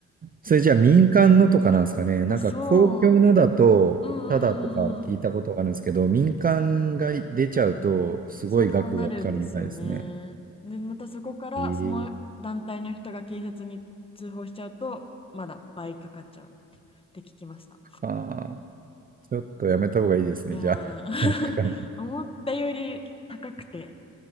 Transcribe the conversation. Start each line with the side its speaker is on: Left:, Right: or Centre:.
Right: それじゃあ民間のとかなんですかね。なんか公共のだと、
Left: そううん
Right: ただとか聞いたことがあるんですけど、
Left: うんうん
Right: 民間が出ちゃうと、すごい額がかかるみたいですね。
Left: そうなるんですよね。で、またそこからその団体の人が警察に通報しちゃうと、
Right: ええ
Left: まだ倍かかっちゃうって聞きました。
Right: ああ、ちょっとやめた方がいいですね。
Left: いやー
Right: じゃあ、<laughs> 額が。
Left: <laughs> 思ったより高くて、